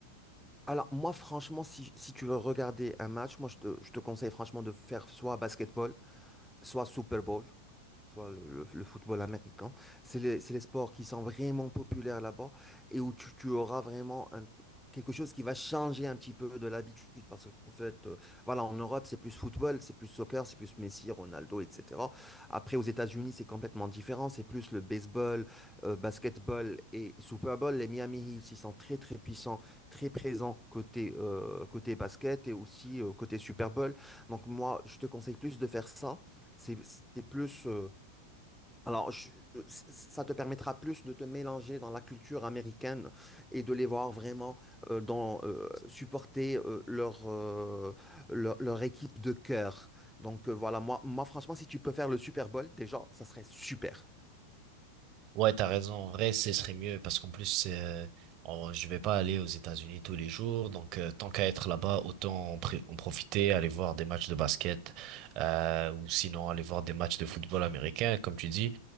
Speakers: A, in the centre; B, on the right.
A: alors moi franchement, si, si tu veux regarder un match, moi je te, je te conseille franchement de faire soit basketball, soit Super Bowl. soit le, le- le football américain. C'est les, c'est les sports qui sont vraiment populaires là-bas et où tu, tu auras vraiment un- quelque chose qui va changer un petit peu de l'habitude. Parce qu'en fait, euh, voilà, en Europe, c'est plus football, c'est plus soccer, c'est plus Messi, Ronaldo, etc. Après, aux États-Unis, c'est complètement différent. C'est plus le baseball, euh, basketball et Super Bowl. Les Miami Heat, ils sont très, très puissants, très présents côté, euh, côté basket et aussi euh, côté Super Bowl. Donc moi, je te conseille plus de faire ça. C'est c'est plus... euh, alors, je- je- ça te permettra plus de te mélanger dans la culture américaine et de les voir vraiment euh, dans, euh, supporter euh, leur, euh, leur, leur équipe de cœur. Donc euh, voilà, moi, moi franchement, si tu peux faire le Super Bowl, déjà, ça serait super.
B: Ouais, t'as raison. En vrai, ce serait mieux parce qu'en plus, euh, on- je vais pas aller aux États-Unis tous les jours. Donc, euh, tant qu'à être là-bas, autant en, pré- en profiter, aller voir des matchs de basket, euh, ou sinon aller voir des matchs de football américain, comme tu dis.